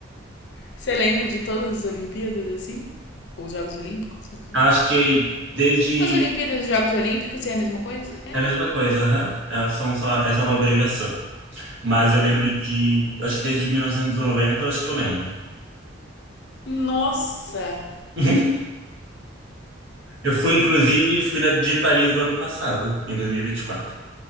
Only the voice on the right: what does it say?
Acho que desde.
É
a mesma coisa, aham. É só, só- é só uma abreviação. Mas eu lembro de. Acho que desde 1990, acho que eu lembro.
<laughs> Eu fui, inclusive, fui na de Paris do ano passado, em 2024,